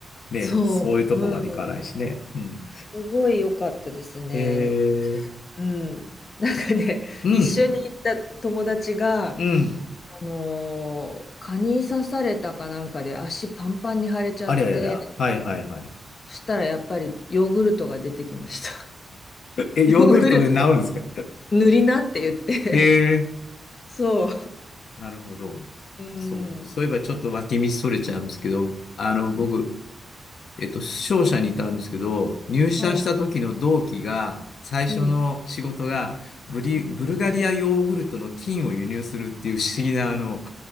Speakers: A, on the left (about 65°); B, on the left (about 35°).
A: ね、
B: そう。
A: そういうとこまでいかないしね。
B: うん。
A: うん。
B: すごい良かったですね。
A: えー、
B: うん。なんかね、
A: うん、
B: 一緒に行った友達が、
A: うん。
B: あのー蚊に刺されたかなんかで足パンパンに腫れちゃって、
A: ありゃりゃりゃ。はいはいはい。
B: そしたらやっぱりヨーグルトが出てきました。
A: え、ヨーグルトで治るんですか
B: ヨーグルト塗りなって言って。
A: え
B: そう。
A: ー、なるほど。
B: うん。
A: そう。そういえばちょっと脇道それちゃうんですけど、あの、
B: うん
A: 僕、えっと、商社にいたんですけど、入社した時の同期が、
B: はい。
A: 最初の仕事がブリ、
B: うん。うん。
A: ブルガリアヨーグルトの菌を輸入するっていう不思議な、あの、